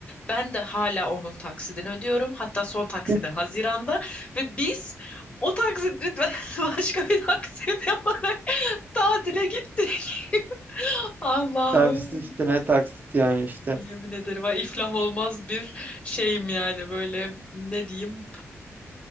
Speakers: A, on the left; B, on the right.
A: Ben de hala onun taksidini ödüyorum. Hatta son taksidi
B: <laughs>
A: Haziran'da. Ve biz o taksidi <laughs> başka bir taksit yaparak tatile gittik. <laughs> Allah'ım.
B: Taksit üstüne taksit yani işte.
A: Yemin ederim ha, iflah olmaz bir şeyim yani böyle ne diyeyim